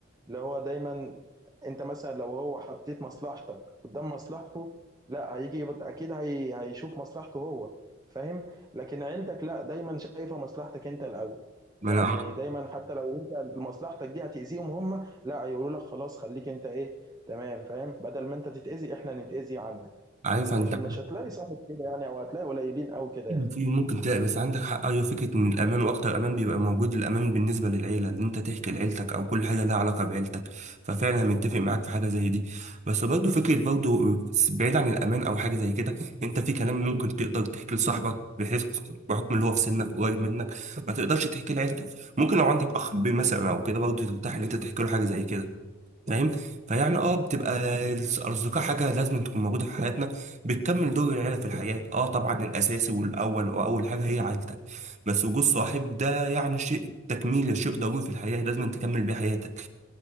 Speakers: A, on the right; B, on the right.
A: اللي هو دايما انت مثلا لو هو حطيت مصلحتك قدام مصلحته لا هيجي يبط- اكيد هي هيشوف مصلحته هو فاهم لكن عيلتك لا دايما شايفة مصلحتك انت الاول
B: ما
A: يعني
B: انا
A: دايما حتى لو انت مصلحتك دي هتأذيهم هم لا هيقولوا لك خلاص خليك انت ايه تمام فاهم بدل ما انت تتأذي احنا نتأذي عنك
B: عارف انت
A: لكن مش هتلاقي صاحب كده يعني او هتلاقي قليلين قوي كده يا اخي.
B: في ممكن تلاقي بس عندك حق ايوه فكره ان الامان واكتر امان بيبقى موجود الامان بالنسبه للعيله ان انت تحكي لعيلتك او كل حاجه لها علاقه بعيلتك ففعلا انا متفق معاك في حاجه زي دي بس برضه فكره برضه بعيد عن الامان او حاجه زي كده انت في كلام ممكن تقدر تحكي لصاحبك بحيث بحكم اللي هو في سنك قريب منك ما تقدرش تحكي لعيلتك ممكن لو عندك اخ بي مثلا او كده برضه ترتاح ان انت تحكي له حاجه زي كده فاهم فيعني اه بتبقى الس- الاصدقاء حاجه لازم تكون موجوده في حياتنا بتكمل دور العيله في الحياه اه طبعا الاساسي والاول واول حاجه هي عيلتك بس وجود صاحب ده يعني شيء تكميل شيء ضروري في الحياه لازم تكمل بيه حياتك